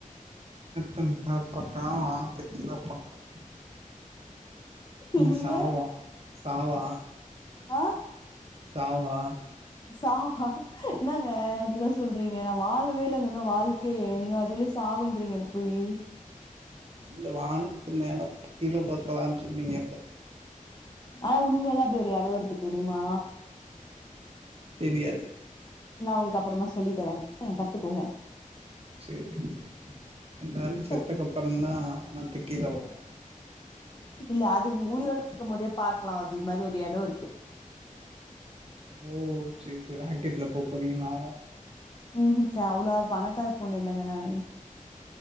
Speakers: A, on the right; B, on the left.
A: தன் பாக்கலாம் வானத்த கீழ பாக்கலா என்ன
B: என்னங்க
A: சாவா சாவா
B: ஆ
A: சாவா
B: சவா என்னங்க இப்டிலா சொல்றீங்க நா வாழ்வே இல்லங்க இன்னும் வாழ் கு நீங்க வந்து அதுவுல்ல சாவுண்றீங்க என்ன போய்
A: இ வானத்து மேல கீழ பக்கலான் சொன்னீங்க
B: ஆனா உண்மையா தா அப்டி ஒரு இடடோஇருக்கு தெரியுமா
A: தெரியாது
B: நா உங்களுக்கு அப்றமா சொல்லி தரேன் கத்துக்கோங்க
A: சேரி சரி எல்லாரு செத்தக்கப்பர
B: சோ
A: தான் வானத்த கீழ வைப்பாங்க
B: இல்ல அது உயிரோட இருக்கு போதே பாக்கலா அது மாரி ஒரு எடோ இருக்கு
A: ஓ சேரி சேரி ராக்கெட்ல போக போறீங்களா
B: ம் சரி அவ்ளோ பணக்கார பொண்ணு இல்லைங்க நானு